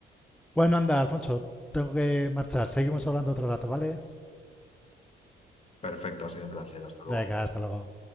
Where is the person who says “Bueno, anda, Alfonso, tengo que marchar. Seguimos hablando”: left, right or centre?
Centre